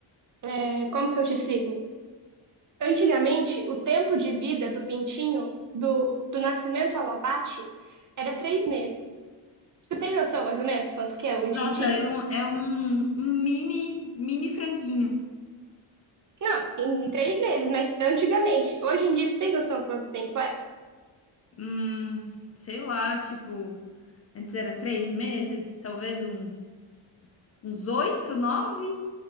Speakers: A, on the right; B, on the left.
A: é, como que eu te explico? Antigamente, o tempo de vida do pintinho, do, do nascimento ao abate, era três meses. Você tem noção mais ou menos quanto que é hoje
B: Nossa,
A: em dia?
B: é um, é um, um mini, mini franguinho.
A: Não, em três meses, mas antigamente. Hoje em dia, tu tem noção quanto tempo é?
B: Hum, sei lá, tipo, antes era três meses, talvez uns uns oito, nove,